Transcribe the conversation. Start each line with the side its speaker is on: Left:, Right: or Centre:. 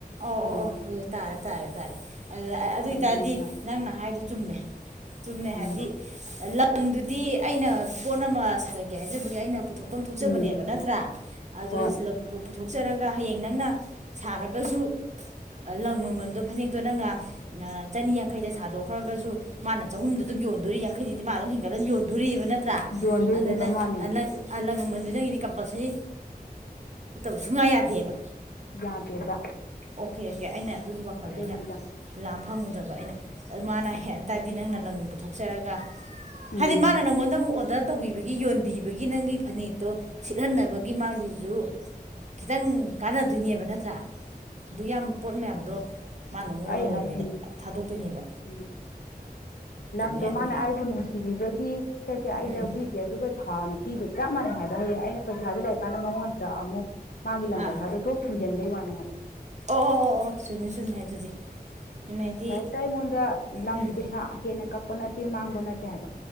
Right: ꯑꯣ
Left: ꯎꯝ
Right: ꯑꯣ ꯑꯗꯨ ꯇꯥꯔꯦ ꯇꯥꯔꯦ ꯇꯥꯔꯦ ꯑꯗꯨ ꯑꯗꯨ ꯑꯣꯏꯇꯥꯔꯗꯤ
Left: ꯑꯗꯨꯅꯤꯗ
Right: ꯅꯪꯅ ꯍꯥꯏꯗꯨ ꯆꯨꯝꯃꯦ ꯆꯨꯝꯃꯦ
Left: ꯎꯝ
Right: ꯍꯥꯏꯕꯗꯤ ꯂꯪꯗꯨꯗꯤ ꯑꯩꯅ ꯄꯣꯠ ꯑꯃ ꯁꯥꯖꯀꯦ ꯍꯥꯏꯖꯕꯒꯤ ꯑꯩꯅ ꯄꯨꯊꯣꯛꯐꯝ ꯊꯣꯛꯆꯕꯅꯦꯕ
Left: ꯎꯝ
Right: ꯅꯠꯇ꯭ꯔꯥ ꯑꯗꯨ
Left: ꯍꯣꯏ
Right: ꯄꯨꯊꯣꯛꯆꯔꯒ ꯍꯌꯦꯡ ꯅꯪꯅ ꯁꯥꯔꯒꯁꯨ ꯂꯪ ꯃꯃꯜꯗꯣ ꯐꯅꯦꯛꯇꯣ ꯅꯪꯅ ꯆꯅꯤ ꯌꯥꯡꯈꯩꯗ ꯁꯥꯗꯣꯛꯑ ꯈ꯭ꯔꯒꯁꯨ ꯃꯥꯅ ꯆꯍꯨꯝꯗ ꯑꯗꯨꯝ ꯌꯣꯟꯗꯣꯔꯤ ꯌꯥꯡꯈꯩꯗꯤ ꯃꯥ ꯑꯗꯨꯝ ꯍꯦꯟꯒꯠꯂ ꯌꯣꯟꯗꯣꯔꯤꯕ ꯅꯠꯇ ꯇ꯭ꯔꯥ
Left: ꯌꯣꯟꯗꯣꯏꯅꯦꯕ
Right: ꯑꯗꯨꯗꯅ
Left: ꯃꯥꯅꯦ
Right: ꯂꯪ ꯃꯃꯜꯗꯨ ꯅꯪꯒꯤꯗꯤ ꯀꯝꯄꯜꯁꯔꯤ ꯁꯨꯡꯌꯥ ꯌꯥꯗꯦꯕ
Left: ꯌꯥꯗꯦꯕ
Right: ꯑꯣꯀꯦ ꯑꯣꯀꯦ ꯑꯩꯅ ꯑꯗꯨꯒꯤ ꯋꯥꯈꯜꯗ
Left: ꯑꯗꯨꯅꯤꯗ
Right: ꯑꯩꯅ ꯂꯥ ꯐꯪꯉꯨꯗꯕ ꯑꯩꯅ ꯃꯥꯅ ꯍꯦꯇꯥꯔꯗꯤ ꯅꯪꯅ ꯂꯪ ꯄꯨꯊꯣꯛꯆꯔꯒ
Left: ꯎꯝ
Right: ꯍꯥꯏꯗꯤ ꯃꯥꯅ ꯅꯪꯉꯣꯟꯗ ꯑꯃꯨꯛ ꯑꯣꯗꯔ ꯇꯧꯕꯤꯕꯒꯤ ꯌꯣꯟꯕꯤꯕꯒꯤ ꯅꯪꯒꯤ ꯐꯅꯦꯛꯇꯣ ꯁꯤꯠꯍꯟꯅꯕꯒꯤ ꯃꯥꯒꯤꯖꯨ ꯈꯤꯇꯪ ꯀꯥꯟꯅꯗꯣꯏꯅꯦꯕ ꯅꯠꯇ꯭ꯔꯥ ꯑꯗꯨ ꯌꯥꯝꯕ ꯄꯣꯠ ꯃꯌꯥꯝꯗꯣ ꯃꯥꯅ ꯑꯃꯨꯛ
Left: ꯑꯩ
Right: ꯂꯂꯣꯟꯕꯤꯗ
Left: ꯍꯥꯏꯁꯤꯅꯤ
Right: ꯊꯥꯗꯣꯛꯇꯣꯏꯅꯦꯕ
Left: ꯎꯝ ꯂꯪꯗꯣ
Right: ꯆꯨꯝꯃꯦ ꯑꯗꯨꯑꯣꯏꯗꯤ
Left: ꯃꯥꯅ ꯑꯩꯕꯨ ꯅꯨꯡꯁꯤꯕꯤꯕꯒꯤ ꯁꯦꯁꯦ ꯑꯩ
Right: ꯎꯝ
Left: ꯂꯧꯕꯤꯒꯦ ꯑꯗꯨꯒ ꯁꯥꯎꯅ ꯄꯤꯕ ꯆꯞ ꯃꯥꯟꯅꯩ ꯍꯥꯏꯕ ꯍꯌꯦꯡ ꯑꯩꯅ ꯄꯩꯁꯥꯗꯨ ꯂꯩꯔꯀꯥꯟꯗ ꯃꯉꯣꯟꯗ ꯑꯃꯨꯛ ꯃꯥꯒꯤ ꯂꯪ
Right: ꯑꯥ
Left: ꯄꯩꯁꯥꯗꯣ ꯊꯣꯛ ꯁꯤꯡꯖꯤꯟꯕꯩ ꯋꯥꯅꯦ ꯍꯥꯏꯕ
Right: ꯑꯣ ꯑꯣ ꯑꯣ ꯆꯨꯝꯃꯦ ꯆꯨꯝꯃꯦ ꯑꯗꯨꯗꯤ ꯆꯨꯝꯃꯦ ꯍꯥꯏꯗꯤ
Left: ꯀꯩꯝꯇ ꯑꯩꯉꯣꯟꯗ ꯂꯪꯒꯤ
Right: ꯎꯝ
Left: ꯄꯩꯁꯥ ꯍꯦꯟꯅ ꯀꯛ ꯄ ꯅꯠꯇꯦ ꯃꯥꯡꯕ ꯅꯠꯇꯦ ꯍꯥꯏꯕ